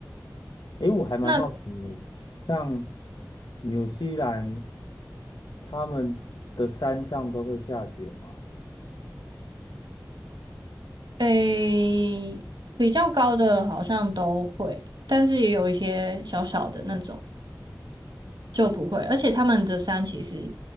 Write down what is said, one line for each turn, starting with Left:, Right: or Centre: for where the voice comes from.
Left: 诶，我还蛮好奇的，
Right: 那
Left: 像纽西兰他们的山上都会下雪吗？
Right: 诶，比较高的好像都会，但是也有一些小小的那种。就不会，而且他们的山其实